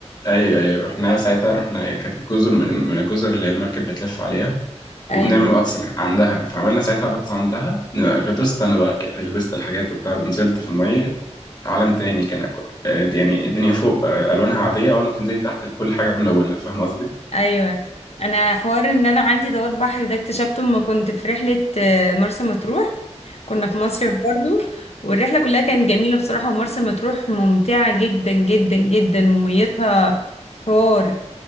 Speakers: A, on the left (about 35°); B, on the left (about 65°).
A: ايوه ايوه رحناها ساعتها رحنا كانت جزر من من الجزر اللي المركب بتلف عليها
B: ايوه
A: وبنعمل غطس عندها فعملنا ساعتها غطس عندها غطست انا بقى لبست الحاجات وبتاع ونزلت في الميه عالم تاني كان أك- يعني الدنيا فوق آه، الوانها عاديه اول ما تنزلي تحت كل حاجه ملونه فاهم قصدي؟
B: ايوه انا حوار ان انا عندي دوار بحر ده اكتشفته لما كنت في رحله آه، مرسى مطروح كنا في مصيف برضو والرحله كلها كانت جميله بصراحه ومرسى مطروح ممتعه جدا جدا جدا وميتها حوار